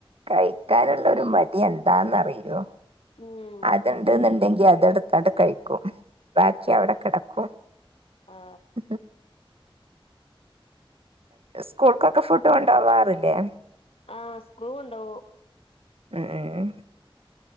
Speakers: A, on the right; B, on the left.
A: കഴിക്കാനുള്ളരു മടി എന്താന്നറിയുവോ
B: ഉം
A: അതുണ്ടുന്നുണ്ടങ്കിൽ അ ത്‌ എടുത്തങ്ങോട്ട് കഴിക്കും ബാക്കി അവിടെ കിടക്കും
B: ആ
A: ഉം സ്കൂൾക്കൊക്കെ ഫുഡ് കൊണ്ടുപോവാറില്ലേ
B: ആഹ് സ്ക്രുകൊണ്ടുപോകും
A: ഏഹ് ഏഹ്